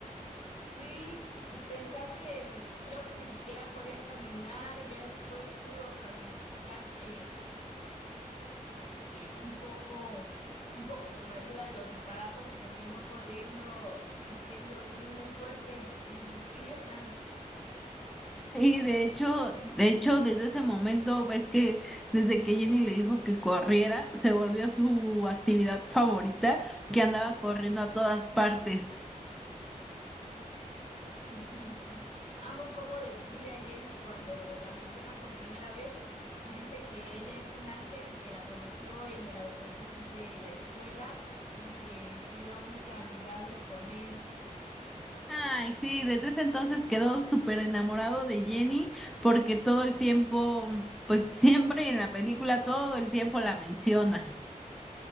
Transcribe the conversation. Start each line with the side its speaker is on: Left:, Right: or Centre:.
Left: Sí, y pensar que mm, creo que ni siquiera podía caminar y ya después pudo caminar. eh, eh, un poco, un poco con ayuda de los aparatos y terminó corriendo y siendo muy, muy fuerte en sus piernas.
Centre: Y de hecho, de hecho, desde ese momento ves que desde que Jenny le dijo que corriera, se volvió su actividad favorita, que andaba corriendo a todas partes.
Left: <laughs> Amo cómo describe a Jenny cuando la menciona por primera vez y dice que ella es un ángel y que la conoció en el autobús de la escuela y que fue la única amigable con él.
Centre: Ay, sí, desde ese entonces quedó súper enamorado de Jenny porque todo el tiempo, pues siempre en la película, todo el tiempo la menciona.